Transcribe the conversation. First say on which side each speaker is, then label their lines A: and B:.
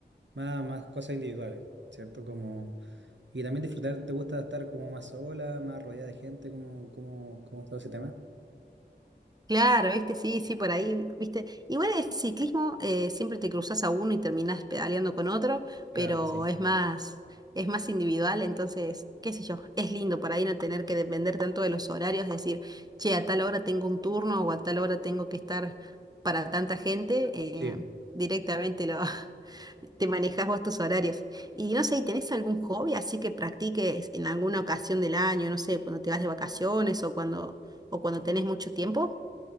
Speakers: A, on the right; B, on the right.
A: Más, más cosas individuales, ¿cierto? Como, y también disfrutar, ¿te gusta estar como más sola, más rodeada de gente, como, como, como todo ese tema?
B: Claro, viste, sí, sí, por ahí, viste. Igual el ciclismo eh, siempre te cruzas a uno y terminás pedaleando con otro,
A: Claro,
B: pero
A: sí.
B: es más, es más individual, entonces, qué sé yo, es lindo por ahí no tener que depender tanto de los horarios, decir, che, a tal hora tengo un turno o a tal hora tengo que estar para tanta gente, eh,
A: Sí.
B: directamente lo, <laughs> te manejas vos tus horarios. Y no sé, ¿y ¿tenés algún hobby así que practiques en alguna ocasión del año, no sé, cuando te vas de vacaciones o cuando, o cuando tenés mucho tiempo?